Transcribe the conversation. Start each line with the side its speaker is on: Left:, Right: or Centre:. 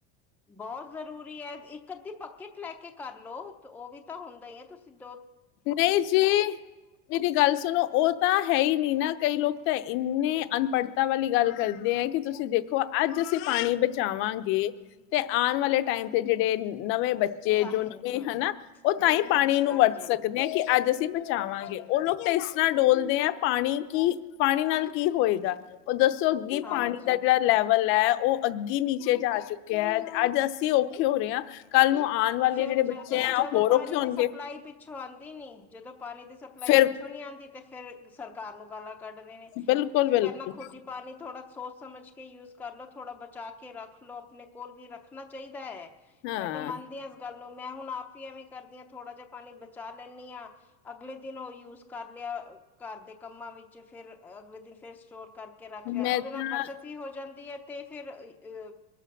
Centre: ਬਹੁਤ ਜ਼ਰੂਰੀ ਹੈ ਇੱਕ ਅੱਧੀ ਪੱਕਿਟ ਲੈ ਕੇ ਕਰ ਲਓ ਉਹ ਵੀ ਤਾਂ ਹੁੰਦਾ ਹੀ ਹੈ ਤੁਸੀਂ ਦ
Left: ਨਹੀਂ ਜੀ ਮੇਰੀ ਗੱਲ ਸੁਣੋ ਉਹ ਤਾਂ ਹੈ ਹੀ ਨਹੀਂ ਨਾ ਕਈ ਲੋਕ ਤਾਂ ਇੰਨੇ ਅਨਪੜ੍ਹਤਾ ਵਾਲੀ ਗੱਲ ਕਰਦੇ ਹੈ ਕਿ ਤੁਸੀਂ ਦੇਖੋ ਅੱਜ ਅਸੀਂ ਪਾਣੀ ਬਚਾਵਾਂਗੇ ਤੇ ਆਉਣ ਵਾਲੇ ਟਾਈਮ ਤੇ ਜਿਹੜੇ ਨਵੇਂ ਬੇ ਬੱਚੇ
Centre: ਤਾਂ
Left: ਜੋ
Centre: ਹੀ
Left: ਨਵੇਂ
Centre: ਹਾਂ
Left: ਹਨਾ ਉਹ ਤਾਂ
Centre: ਬਿਲਕੁਲ
Left: ਹੀ ਪਾਣੀ ਨੂੰ
Centre: ਹਾਂਜੀ
Left: ਵਰਤ ਸਕੇ ਕਿ ਅੱਜ ਅਸੀਂ ਪਹਚਾਵਾਂਗੇ
Centre: ਜੀ
Left: ਉਹ ਲੋਕ ਕਿਸ ਤਰ੍ਹਾਂ ਡੋਲਦੇ ਆ ਪਾਣੀ ਕੀ ਪਾਣੀ ਨਾਲ ਕੀ ਹੋਏਗਾ ਉਹ ਦੱਸੋ ਸੋ ਅੱਗੇ
Centre: ਹਾਂਜੀ
Left: ਪਾਣੀ ਦਾ ਜਿਹੜਾ ਲੈਵਲ ਲ ਹੈ ਉਹ ਅੱਗੀ ਨੀਚੇ ਜਾ ਚੁੱਕਿਆ ਹੈ ਅੱਜ ਅਸੀਂ ਔਖੇ ਹੋ ਰਹੇ ਹਾਂ ਕੱਲ ਨੂੰ ਆਉਣ ਵਾਲੇ
Centre: ਫਿਰ
Left: ਜਿਹੜੇ
Centre: ਜਦੋਂ
Left: ਬੱਚੇ ਆ ਉਹ
Centre: ਜਦੋਂ
Left: ਹੋਰ
Centre: ਪਾਣੀ
Left: ਔਖੇ ਹੋਣਗੇ
Centre: ਦੀ ਸਪਲਾਈ ਪਿੱਛੋਂ ਆਉਂਦੀ ਨੀ ਜਦੋਂ ਪਾਣੀ ਦੀ ਸਪਲਾਈ
Left: ਫਿਰ
Centre: ਪਿੱਛੋਂ ਨਹੀਂੀ ਆਉਂਦੀ ਤੇ ਫਿਰ ਸਰ ਘਰ ਨੂੰ ਗੱਲ ਕੱਢਦੇ ਨੇ
Left: ਬਿਲਕੁਲ
Centre: ਵੀ ਤੁਸੀਂ
Left: ਬਿਲਕੁਲ
Centre: ਪਹਿਲਾਂ ਖੁੱਦ ਹੀ ਪਾਣੀ ਥੋੜਾ ਸੋਚ ਸਮਝ ਕੇ ਯੂਜ ਕਰ ਲੋ। ਥੋੜਾ ਬਚਾ ਕੇ ਰੱਖ ਲੋੋ ਆਪਣੇ ਕੋਲ ਵੀ ਰੱਖਣਾ ਚਾਹੀਦਾ ਹੈ।
Left: ਹਾਂ
Centre: ਮੈਂ ਤਾਂ ਮੰਨਦੀ ਹਾਂ ਲ ਮੈਂ ਹੁਣ ਆਪ ਹੀ ਆਂਵੇ ਕਰਦੀ ਆ ਥੋੜਾ ਜਿਹਾ ਪਾਣੀ ਬਚਾ ਲੈਂਦੀ ਹਾਂ ਅਗਲੇ ਦਿਨ ਉਹ ਯੂਜ ਕਰ ਲਿਆ ਘਰ ਦੇ ਕੰਮਾਂ ਵਿੱਚ ਫੇਰ ਅਗਲੇ ਦਿਨ ਫੇਰ ਸਟੋਰ ਕਰਕੇ ਰੱਖ
Left: ਮੈਂ
Centre: ਲਿਆ। ਉਹਦੇ
Left: ਤਾਂ
Centre: ਨਾਲ ਬੱਚਤ ਵੀ ਹੋ ਜਾਂਦੀ ਹੈ ਤੇ ਫੇਰ ਅ